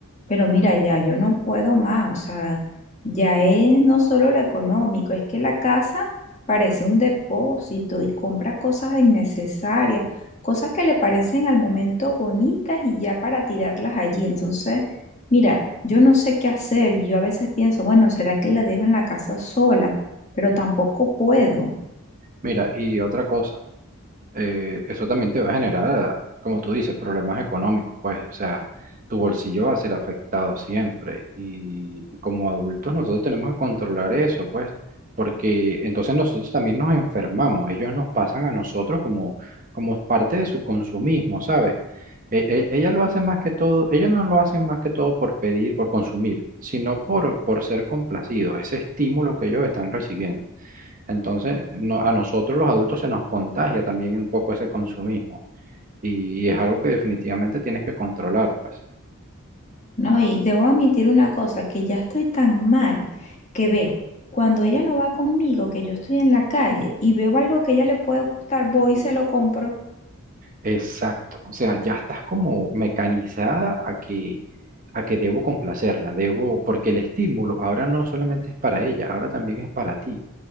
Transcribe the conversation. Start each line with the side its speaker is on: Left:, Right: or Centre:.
Left: pero mira, ya yo no puedo más, o sea, ya es no solo lo económico, es que la casa parece un depósito y compra cosas innecesarias cosas que le parecen al momento bonitas y ya para tirarlas allí. Entonces, mira, yo no sé qué hacer y yo a veces pienso, bueno, ¿será que la dejo en la casa sola? Pero tampoco puedo,
Right: Mira, y otra cosa. eh, eso también te va a generar, como tú dices, problemas económicos, pues, o sea, tu bolsillo va a ser afectado siempre. Y, y como adultos nosotros tenemos que controlar eso, pues, porque entonces nosotros también nos enfermamos, ellos nos pasan a nosotros como, como parte de su consumismo, ¿sabes? E- e- Ellas lo hace más que todo, ellos no lo hacen más que todo por pedir, por consumir, sino por, por ser complacidos, ese estímulo que ellos están recibiendo. Entonces, no- a nosotros los adultos se nos contagia también un poco ese consumismo y, y es algo que definitivamente tienes que controlar, pues.
Left: ¿no? Y debo admitir una cosa, que ya estoy tan mal que ve, cuando ella no va conmigo, que yo estoy en la calle y veo algo que a ella le puede gustar, voy y se lo compro.
Right: Exacto, o sea, ya estás como mecanizada a que, a que debo complacerla, debo, porque el estímulo ahora no solamente es para ella, ahora también es para ti.